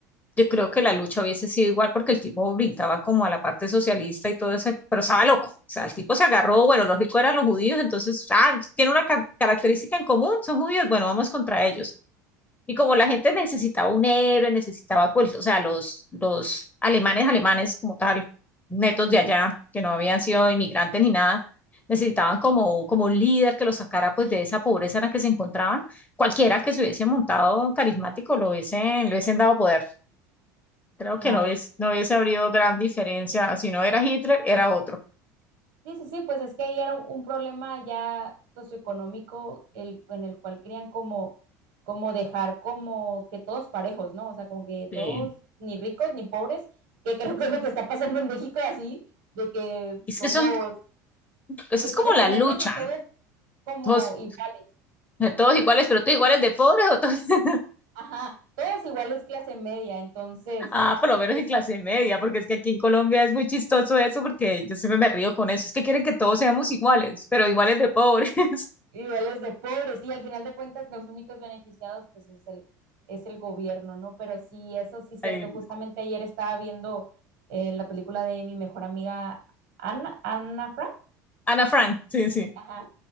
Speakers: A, on the left; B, on the right.
A: yo creo que la lucha hubiese sido igual porque el tipo brincaba como a la parte socialista y todo eso, pero estaba loco. O sea, el tipo se agarró, bueno, los ricos eran los judíos, entonces, ah, tiene una ca- característica en común, son judíos, bueno, vamos contra ellos. Y como
B: Sí,
A: la gente necesitaba un héroe, necesitaba, pues, o sea, los, los alemanes, alemanes como tal, netos
B: mm,
A: de allá, que no habían sido inmigrantes ni nada, necesitaban como, como un líder que los sacara pues de esa pobreza en la que se encontraban. Cualquiera que se hubiese montado carismático lo hubiesen, le hubiesen dado poder. Creo que
B: claro.
A: no hubiese, no hubiese habido gran diferencia. Si no era Hitler, era otro.
B: Sí, sí, sí, pues es que ahí era un, un problema ya socioeconómico el, en el cual querían como, como dejar como que todos parejos, ¿no? O sea, como que
A: Sí.
B: todos, ni ricos ni pobres, que creo que es lo que está pasando en México así, de que
A: Es
B: somos,
A: que eso, es eso
B: que
A: es como
B: quieren
A: la
B: tenernos
A: lucha,
B: a todos
A: ¿no?
B: como
A: Todos,
B: iguales,
A: todos iguales, pero todos iguales de pobres o todos, <laughs>
B: ajá, todos iguales clase media, entonces,
A: ah, por lo menos
B: pues,
A: en clase media, porque es que aquí en Colombia es muy chistoso eso, porque yo siempre me río con eso. Es que quieren que todos seamos iguales, pero iguales de pobres. <laughs>
B: niveles de pobres y al final de cuentas los únicos beneficiados pues es el, es el gobierno, ¿no? Pero sí, eso sí es cierto.
A: Ay,
B: Justamente ayer estaba viendo eh, la película de mi mejor amiga Ana, Ana Frank.
A: Ana Frank, sí, sí.
B: Ajá.